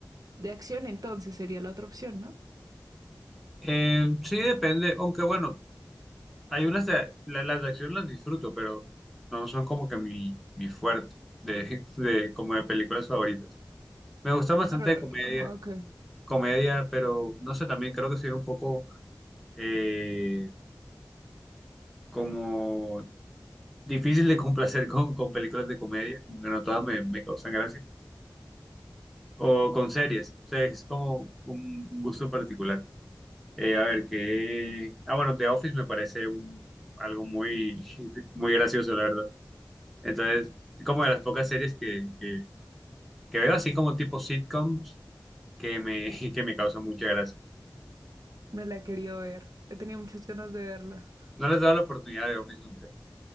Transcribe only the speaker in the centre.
Eh, sí, depende, aunque bueno, hay unas de, la- las de acción las disfruto, pero no son como que mi, mi fuerte de, <laughs> de, como de películas favoritas. Me gusta bastante
comedia,
comedia, pero no sé, también creo que soy un poco eh, como difícil de complacer <laughs> con, con películas de comedia, como que no todas me, me causan gracia, o con series, o sea, es como un, un gusto particular. Eh, a ver, qué... Ah, bueno, The Office me parece un, algo muy, <laughs> muy gracioso, la verdad. Entonces, como de las pocas series que, que, que veo así como tipo sitcoms que me, <laughs> que me causan mucha gracia.
No les he dado la oportunidad de The Office nunca.